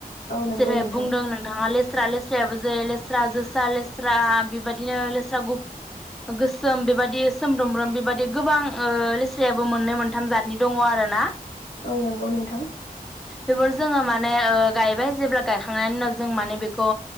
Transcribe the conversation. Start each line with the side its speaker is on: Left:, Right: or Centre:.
Left: औ नंगौ
Centre: जेरै
Left: नोंथां
Centre: बुंदों नोंथाङा लेस स्रा लेस्रायाबो जेरै लेस्रा जोसा लेस्रा बेबायदिनो लेस्रा गुफ गोस सोम बेबायदि सोमब्रोमब्रोम बेबायदि गोबां लेस्रायाबो मोननै मोनथाम जादनि दङ आरोना
Left: औ नंगौ नोंथां
Centre: बेफोर जोङो माने ओ गायबाय जेब्ला गायखांनायनि उनाव जों माने बेखौ